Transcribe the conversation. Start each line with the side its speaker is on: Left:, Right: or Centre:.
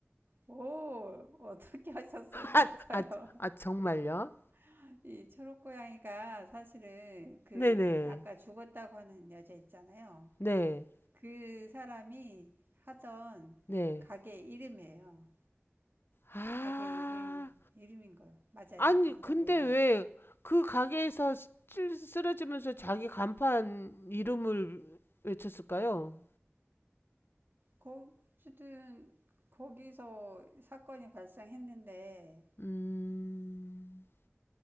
Right: 오, 어떻게 하셨어요? 맞아요.
Left: 아, 아, 아 정말요?
Right: <laughs> 이 초록 고양이가 사실은 그
Left: 네네.
Right: 아까 죽었다고 하는 여자 있잖아요.
Left: 네.
Right: 그 사람이 하던
Left: 네.
Right: 가게 이름이에요.
Left: 아.
Right: 가게 이름, 이름인 거요. 맞아요.
Left: 아니,
Right: 정답이에요.
Left: 근데 왜 그 가게에서 찔- 쓰러지면서 자기 간판 이름을 외쳤을까요?
Right: 거, 어쨌든, 거기서 사건이 발생했는데,
Left: 음,